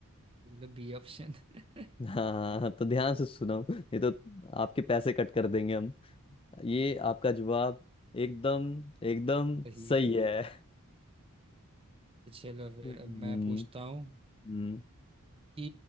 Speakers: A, on the right; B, on the left.
A: चलो बी ऑप्शन <laughs>
B: हाँ हाँ, हाँ, तो ध्यान से सुनो नहीं तो आपके पैसे कट कर देंगे हम ये आपका जवाब एकदम एकदम
A: सही
B: सही है
A: तो चलो फिर
B: हम्म
A: अब मैं पूछता हूँ
B: हम्म
A: कि